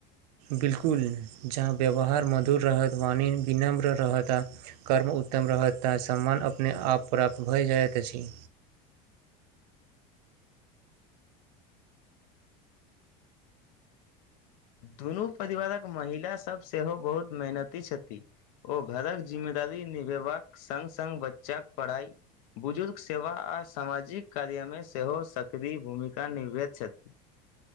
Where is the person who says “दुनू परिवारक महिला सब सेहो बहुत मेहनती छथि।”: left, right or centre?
Left